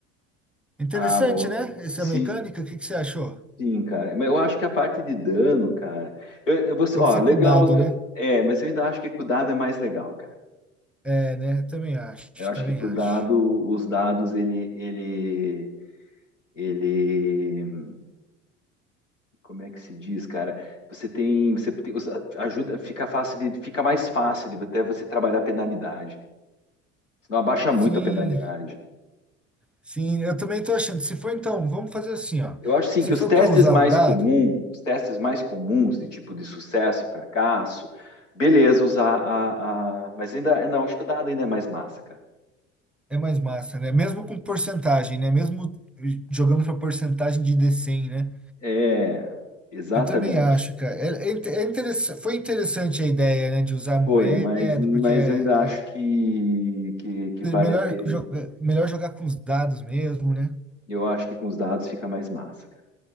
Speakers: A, in the centre; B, on the left.
A: Interessante,
B: Ah, boa.
A: né? Essa
B: Sim,
A: mecânica, o que que você achou?
B: sim, cara. Mas eu acho que a parte de dano, cara. Eu, eu vou, ser-
A: Tem
B: ó,
A: que ser
B: legal.
A: com dado,
B: eu-
A: né?
B: é, mas eu ainda acho que com o dado é mais legal, cara.
A: É, né? Também acho,
B: Eu acho
A: também
B: que com
A: acho.
B: o dado, os dados, ele, ele, ele, como é que se diz, cara? Você tem, você tem, os- ajuda, fica fácil de, fica mais fácil de até você trabalhar a penalidade. senão abaixa
A: Sim,
B: muito a penalidade.
A: Sim, eu também tô achando. Se for então, vamos fazer assim, ó.
B: Eu acho sim
A: Se
B: que os
A: for
B: testes
A: para usar
B: mais
A: o dado,
B: comuns, os testes mais comuns de tipo de sucesso e fracasso, beleza, usar a, a- Mas ainda. Não, acho que o dado ainda é mais massa, cara.
A: é mais massa, né? Mesmo com porcentagem, né? Mesmo jogando para porcentagem de D100, né?
B: É, exatamente.
A: Eu também acho, cara. É, é, inte- é interessa- foi interessante a ideia, né, de usar moeda,
B: Foi, mas, mas
A: porque é,
B: eu ainda acho
A: é
B: que, que, que
A: melhor
B: vale a pena.
A: jogar, melhor jogar com os dados mesmo, né?
B: Eu acho que com os dados fica mais massa, cara.